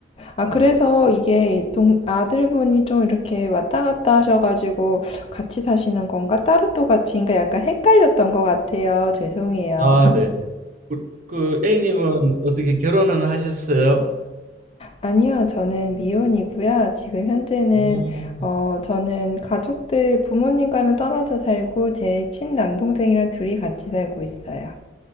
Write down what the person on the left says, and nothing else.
아,
그래서 이게 동, 아들분이 좀 이렇게 왔다 갔다 하셔가지고 같이 사시는 건가? 따로 또 같이인가? 약간 헷갈렸던 것 같아요. 죄송해요.
<laughs>
아니요, 저는 미혼이고요. 지금 현재는,
어, 저는 가족들, 부모님과는 떨어져 살고 제 친남동생이랑 둘이 같이 살고 있어요.